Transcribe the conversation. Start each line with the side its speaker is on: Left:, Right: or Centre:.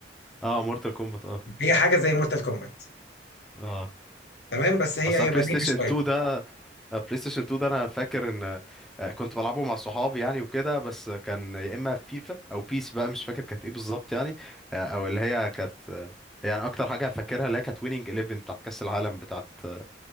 Centre: اه مورتال كومبات اه
Left: هي حاجه زي مورتال كومبات
Centre: اه
Left: تمام بس هي
Centre: اصل
Left: يابانيه
Centre: بلاي ستيشن 2
Left: شويه
Centre: ده آه، بلاي ستيشن 2 ده انا فاكر ان آه، كنت بلعبه مع صحابي يعني وكده بس كان يا اما فيفا او بيس بقى مش فاكر كانت ايه بالظبط يعني آه، او اللي هي كانت آه، يعني اكتر حاجه فاكرها اللي هي كانت ويننج 11 بتاعت كاس العالم بتاعت آه،